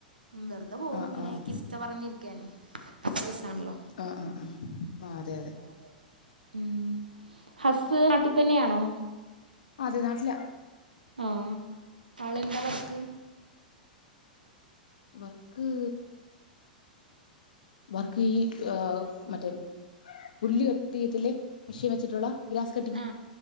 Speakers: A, on the right (about 80°); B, on the left (about 65°).
A: വെറുതെ പോവുങ്ങനെ
B: ആഹ് ആഹ്
A: ച്ച പറഞ്ഞിരിക്കാനേ ഒരു രസാണല്ലോ
B: ആഹ് ആഹ് ആഹ് ആഹ് അതെ അതെ
A: അതെ അതെ ഉം ഹസ് നാട്ടി തന്നെയാണോ
B: അതെ നാട്ടിലാ
A: ആഹ് ആളെന്താ വർക്ക്
B: വർക്ക് വർക്കീ മറ്റേ പുല്ല കട്ടിയെത്തില്ലേ മെഷീൻ വെച്ചിട്ടുള്ള ഗ്രാസ് കട്ടിങ്
A: ആ